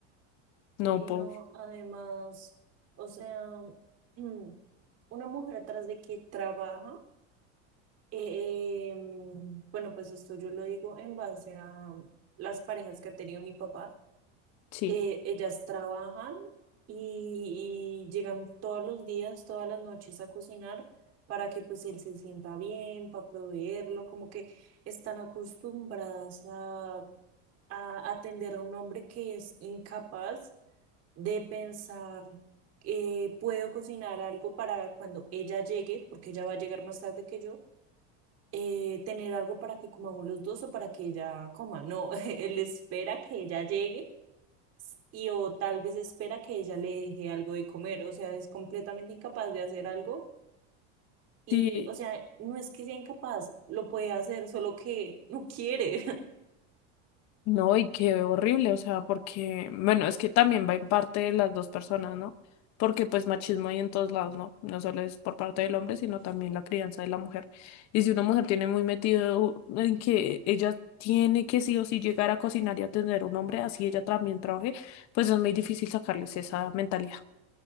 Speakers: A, on the left; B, on the right.
A: no
B: y
A: por,
B: no, además, o sea, <clears throat> mm, una mujer atrás de que trabaja Eh, em, bueno, pues esto yo lo digo en base a las parejas que ha tenido mi papá.
A: sí.
B: Eh, ellas trabajan y, y llegan todos los días, todas las noches a cocinar para que pues él se sienta bien, para proveerlo, como que están acostumbradas a, a atender a un hombre que es incapaz de pensar, eh, puedo cocinar algo para cuando ella llegue, porque ella va a llegar más tarde que yo eh, tener algo para que comamos los dos o para que ella coma. No, <laughs> él espera que ella llegue y o tal vez espera que ella le deje algo de comer. O sea, es completamente incapaz de hacer algo. Y,
A: Sí,
B: o sea, no es que sea incapaz, lo puede hacer, solo que no quiere. <laughs>
A: No, y qué horrible, o sea, porque, bueno, es que también va en parte de las dos personas, ¿no? Porque pues machismo hay en todos lados, ¿no? No solo es por parte del hombre, sino también la crianza de la mujer. Y si una mujer tiene muy metido en que ella tiene que sí o sí llegar a cocinar y atender a un hombre, así ella también trabaje, pues es muy difícil sacarles esa mentalidad.